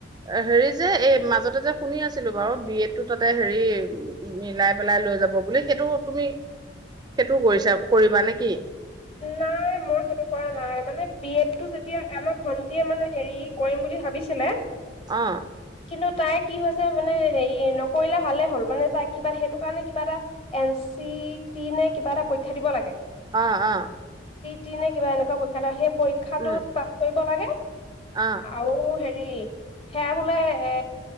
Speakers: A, on the right (about 20°); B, on the left (about 30°).
A: হেৰি যে এই মাজতে যে শুনি আছিলোঁ বাৰু। বি এডটো তাতে হেৰি মিলাই পেলাই লৈ যাব বুলি, সেইটো তুমি সেইটোও কৰিছা কৰিবা নেকি?
B: নাই মই সেইটো কৰা নাই মানে বি এডটো যেতিয়া আমাৰ ভন্টিয়ে মানে হেৰি কৰিম বুলি ভাবিছিলে
A: অহ।
B: কিন্তু তাই কি হৈছে মানে হেৰি নকৰিলে ভালে হ'ল মানে তাই কিবা সেইটো কাৰণে কিবা এটা এন চি টি নে কিবা এটা পৰীক্ষা দিব লাগে
A: অ অ
B: কি নে কিবা এনেুৱা পৰক্ষা সে পৰীক্ষাটোত
A: উম
B: পাছ কৰিব লাগে
A: অ
B: আৰু হেৰি সেই সেয়া বোলে এ,